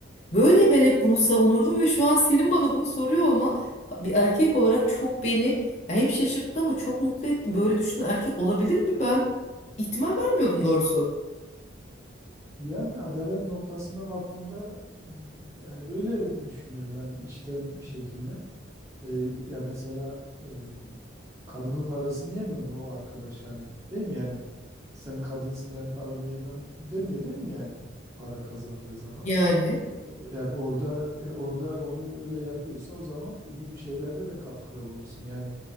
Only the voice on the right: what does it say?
Yani adalet noktasında baktığında m, yani öyle düşünüyorum ben içten bir şekilde. Ee, ya mesela e, kadının parasını yemiyor mu o arkadaş hani değil mi yani sen kadınsın ben paranı yemem demiyor değil mi yani para kazandığı zaman.
O- Yani orada e, orada onu öyle yapıyorsa o zaman öbür şeylerde de katkıda bulunsun. Yani